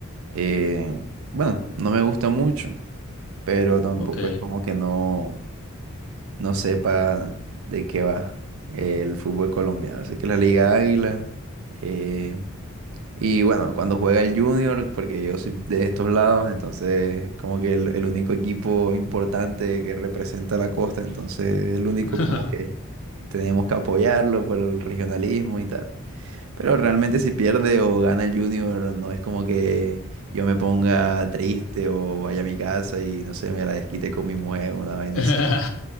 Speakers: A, on the right; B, on the left.
A: eh, bueno, no me gusta mucho. pero tampoco
B: Ok.
A: es como que no, no sepa de qué va el fútbol colombiano. Así que la Liga Águila, eh, y bueno, cuando juega el Junior, porque yo soy de estos lados, entonces como que el, el único equipo importante que representa la costa, entonces el único
B: <laughs>
A: como que tenemos que apoyarlo por el regionalismo y tal. Pero realmente si pierde o gana el Junior, no es como que yo me ponga triste o vaya a mi casa y no sé, me la desquite con mi mujer, una vaina
B: <laughs>
A: así.